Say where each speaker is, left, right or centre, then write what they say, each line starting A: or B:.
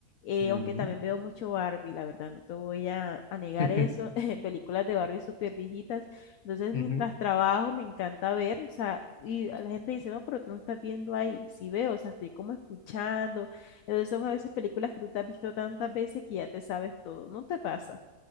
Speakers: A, on the left; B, on the left.
A: eh,
B: Ujú.
A: aunque también veo mucho Barbie, la verdad, no te voy a, a negar
B: <laughs>
A: eso, <laughs> películas de Barbie súper viejitas, entonces
B: Ujú.
A: mientras trabajo me encanta ver, o sea, y la gente dice, no, pero tú no estás viendo ahí, sí veo, o sea, estoy como escuchando entonces son a veces películas que tú te has visto tantas veces que ya te sabes todo, ¿no te pasa?